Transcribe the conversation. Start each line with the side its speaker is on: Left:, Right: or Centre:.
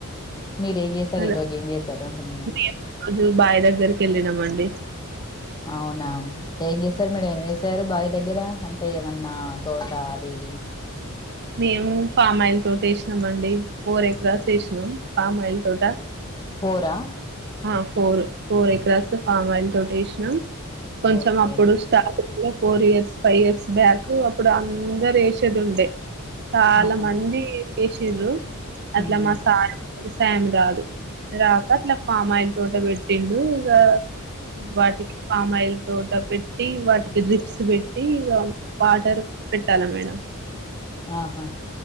Left: మీరేం చేశారు
Right: హలో
Left: ఈరోజు ఏం చేశారు అంటున్నా మేడం
Right: మేం రోజు బాయ్ దగ్గర్కెళ్ళినమండి
Left: అవునా ఏం చేశారు మీడ ఏం చేసారు బావి దగ్గర అంటే ఏమన్నా తోట అది ఇది
Right: మేము ఫామ్ ఆయిల్ తోటేసినం అండి ఫోర్ ఎకరాస్ ఏసినం ఫామ్ ఆయిల్ తోట
Left: ఫోరా
Right: ఆ four four acres palm oil తోటేసినం కొంచెం
Left: ఓకే
Right: అప్పుడు స్టార్ట్ లో four years five years back అప్పుడ్ అందరు ఏసేదుండే చాలా
Left: ఆహా
Right: మంది ఏసిన్రు
Left: హ్మ్
Right: అట్ల మా సార్ వ్యవసాయం రాదు రాక అట్లా ఫామ్ ఆయిల్ తోట పెట్టిండు ఇగ వాటికి ఫామ్ ఆయిల్ తోట పెట్టి వాటికి డ్రిప్స్ పెట్టి ఇగ వాటర్ పెట్టలె మేడం
Left: ఆహా